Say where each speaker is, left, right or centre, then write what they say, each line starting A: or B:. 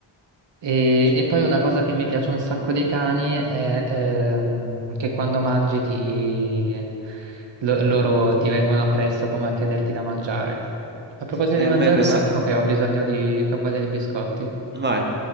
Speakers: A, on the right (about 75°); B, on the right (about 25°).
A: E,
B: Su-
A: e poi una cosa che mi piace un sacco dei cani è ehm, che quando mangi ti- lo- loro ti vengono appresso come a chiederti da mangiare. A proposito
B: Eh,
A: di
B: a
A: mangiare,
B: me questa...
A: un attimo che ho bisogno di... che ho voglia di biscotti.
B: Vai.